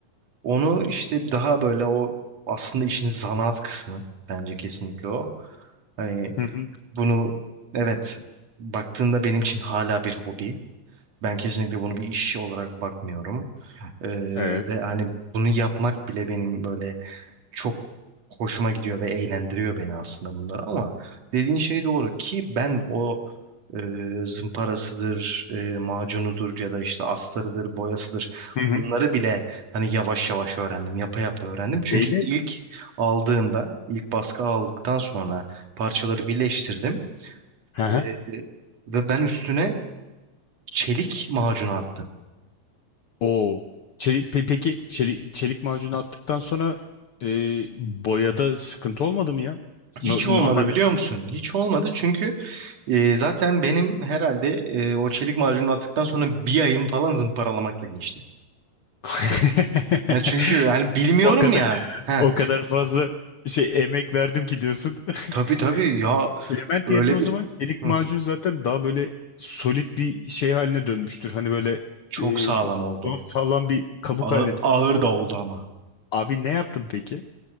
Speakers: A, on the right (about 55°); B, on the left (about 65°).
A: Onu işte daha böyle o aslında işin zanaat kısmı bence kesinlikle o. Hani
B: Hı hı.
A: bunu evet baktığında benim için hala bir hobi. Ben kesinlikle bunu bir iş olarak bakmıyorum. Ee,
B: Evet.
A: ve hani bunu yapmak bile benim böyle çok hoşuma gidiyor ve eğlendiriyor beni aslında bunlar ama dediğin şey doğru ki ben o e, zımparasıdır, e, macunudur ya da işte astarıdır, boyasıdır.
B: Hı hı.
A: Bunları bile hani yavaş yavaş öğrendim, yapa yapa öğrendim. Çünkü
B: Neydi?
A: ilk aldığımda, ilk baskı aldıktan sonra parçaları birleştirdim
B: Hı hı.
A: e, ve ben üstüne çelik macunu attım.
B: Oo. Çelik, pe- peki çelik, çelik macunu attıktan sonra e, boyada sıkıntı olmadı mı ya?
A: Hiç
B: No-
A: olmadı
B: normalde
A: biliyor musun? Hiç olmadı çünkü e, zaten benim herhalde e, o çelik macunu attıktan sonra bir ayım falan zımparalamakla geçti.
B: <laughs>
A: E, çünkü hani bilmiyorum
B: o kadar
A: ya. Ha,
B: o kadar fazla şey emek verdim ki diyorsun. <laughs>
A: Tabii tabii ya
B: Element
A: öyle
B: yerine o
A: bir
B: zaman çelik
A: Hı,
B: macun zaten daha böyle solid bir şey haline dönmüştür. Hani böyle
A: çok
B: e,
A: sağlam
B: daha,
A: oldu.
B: daha sağlam bir kabuk
A: Ağır,
B: haline. dön-
A: ağır da oldu ama.
B: Abi ne yaptın peki?